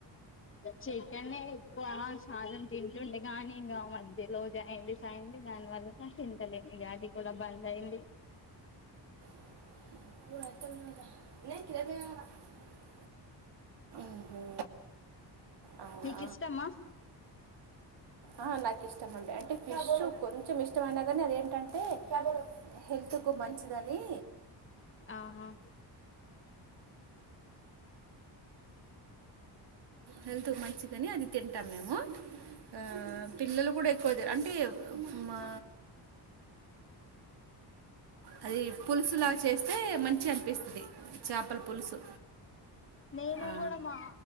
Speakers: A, on the left; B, on the right.
A: చికెనే ప్రాన్స్ ఆజం తింటుంటే గాని ఇంగ ఆ మధ్యలో జాండీస్ అయ్యింది దానివల్ల తింటలేను ఇగ అది కూడా బంద్ అయింది
B: <unintelligible> మ్హూ. అవునా
A: నీకిష్టమా
B: ఆ నాకు ఇష్టమండి అంటే ఫిష్ కొంచెం ఇష్టమైన కానీ అదేంటంటే హె ల్త్కు మంచిదని
A: ఆహా
B: హెల్త్‌కు మంచిదని అది తింటాం మేము ఆ పిల్లలు కూడా ఎక్కువ అది అంటే మా అది పులుసులా చేస్తే మంచిగ అనిపిస్తుంది చాపలు పులుసు
A: మేము
B: ఆ,
A: కూడా మా